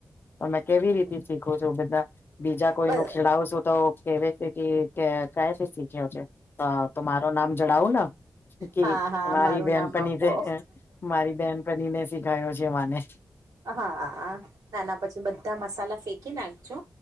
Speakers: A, on the left; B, on the right.
A: પણ મેં કેવી
B: હમ
A: રીતે શીખું છું બધા બીજા કોઈ
B: બસ.
A: નું ખીલાવશો તો કેવે છે કે કેયાથી શીખ્યો છે તો મારૂ નામ જણાવું ને. કે
B: હા હા
A: મારી
B: મારું
A: બેહેનપની
B: નામ આપો
A: મારી બેહેનપની ને શીખાયો છે મને.
B: હ આ આ આના પછી બધા મસાલા શેકી નાખજો